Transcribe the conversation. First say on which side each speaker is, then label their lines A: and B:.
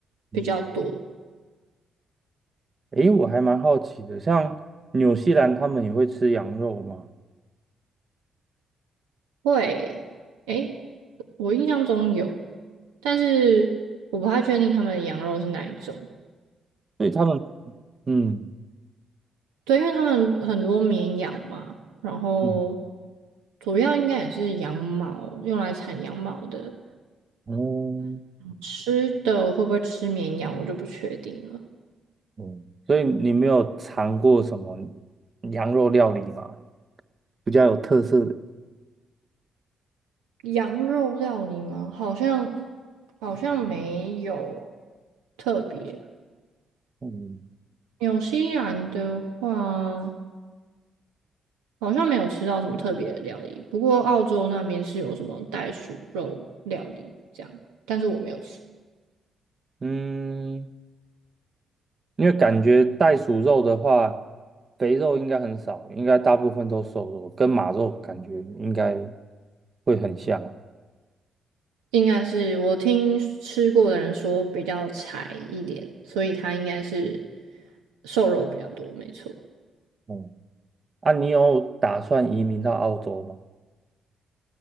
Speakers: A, on the right; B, on the right.
A: 嗯，
B: 比较多。
A: 诶，我还蛮好奇的，像纽西兰他们也会吃羊肉吗？
B: 会，诶，我印象中有，但是我不太确定他们的羊肉是哪一种。
A: 所以他们，嗯
B: 对，因为他们很多绵羊嘛，然后
A: 嗯
B: 主要应该也是羊毛，用来产羊毛的。
A: 哦
B: 吃的会不会吃绵羊，我就不确定了。
A: 嗯，所以你没有尝过什么羊肉料理吗？比较有特色的。
B: 羊肉料理吗？好像好像没有特别。
A: 嗯
B: 纽西兰的话，好像没有吃到什么特别的料理。不过澳洲那边是有什么袋鼠肉料理这样，但是我没有吃。
A: 嗯。因为感觉袋鼠肉的话，肥肉应该很少，应该大部分都瘦肉，跟马肉感觉应该会很像。
B: 应该是我听吃过的人说比较柴一点，所以它应该是瘦肉比较多，没错。
A: 嗯，啊，你有打算移民到澳洲吗？